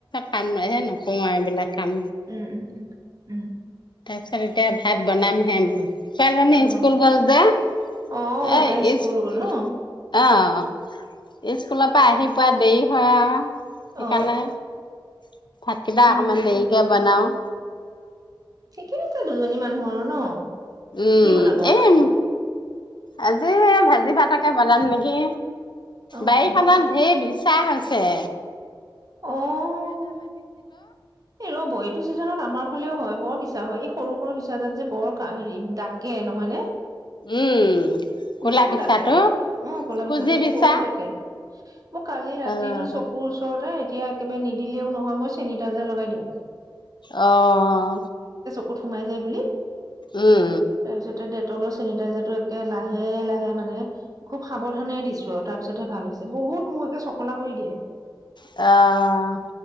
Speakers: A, on the left; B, on the right.
A: <unintelligible> আৰু এইবিলাক। কাম
B: উম উম উম উম।
A: তাৰপিছত এতিয়া ভাত বনাম হে ম। ছোৱালীজনী
B: অ
A: ইস্কুল গল যে এ
B: অ তাই স্কুল
A: ইস্কুল
B: গ'ল ন
A: অ। অ স্কুলৰ পৰা আহি পোৱা দেৰি হয় আৰু। সেইকাৰণে
B: অ
A: ভাতকেইটা
B: উম
A: অকমান দেৰিকে বনাওঁ।
B: ঠিকেই আছে দুজনী মানুহ আৰু ন?
A: উম,
B: কি বনাব আজি
A: এই আজি ভাজি ভাতকে বনাম নেকি?
B: অ
A: বাৰীখনত
B: অ
A: ধেৰ বি চাহ আছে।
B: অ', এ ৰ'ব এইটো চিজনত আমাৰ ফালেও হয়, বৰ বিচ- <unintelligible> হয়, এই সৰু, সৰু বিছাডালে যে, বৰ হেৰি ডাকে নহয় নে?
A: উম কলা
B: মোকো
A: বিচাটো
B: ডাকে অ', ক'লা
A: কুজি
B: বিছাতো মোক
A: বিচা
B: বহুত ডাকে। মোৰ কালি ৰাতিটো
A: আহ
B: চকুৰ ওচৰতে এতিয়া কিবা নিদিলেও নহয়, মই চেনিটাইজাৰ লগাই দিওঁ।
A: অহ।
B: কোত সোমাই যায় বুলি।
A: উম।
B: তাৰপিছতে ডেটলৰ চেনিটাইজাৰটো একে লা লাহে, লাহে মানে খুব সাৱধানে দিছোঁ আৰু তাৰ পিছতহে ভাল হৈছে, বহুত মোক একে চকলা কৰি দিয়ে।
A: অ'।